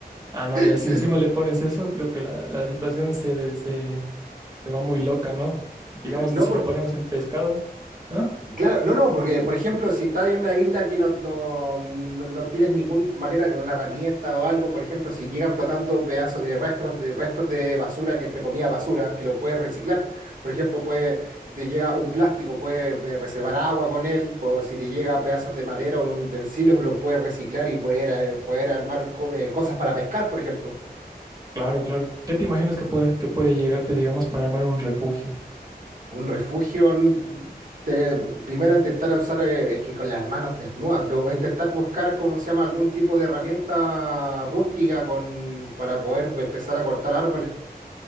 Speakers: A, on the right; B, on the right.
A: Ah, no, ya
B: <laughs>
A: si encima le pones eso, creo que la, la situación se, se, se va muy loca, ¿no? Digamos,
B: No,
A: si
B: por-
A: lo ponemos en pescado. ¿Ah?
B: Claro, no, no, porque por ejemplo, si estás en una isla que no, no, no, no tienes ninguna manera de una herramienta o algo, por ejemplo, si llegan flotando pedazos de restos de restos de basura, que entre comillas basura, que lo puedes reciclar. Por ejemplo, puede, si te llega un plástico, puedes eh, reservar agua con él, pues, si te llega pedazos de madera o utensilios, lo puedes reciclar y poder, eh, poder armar co- eh, cosas para pescar, por ejemplo.
A: Claro, claro. ¿Qué te imaginas que puede, que puede llegarte, digamos, para armar un refugio?
B: Un refugio, n- te- primero intentar usar, eh, es que con las manos desnudas, do- intentar buscar, ¿cómo se llama?, algún tipo de herramienta rústica con, para poder empezar a cortar árboles,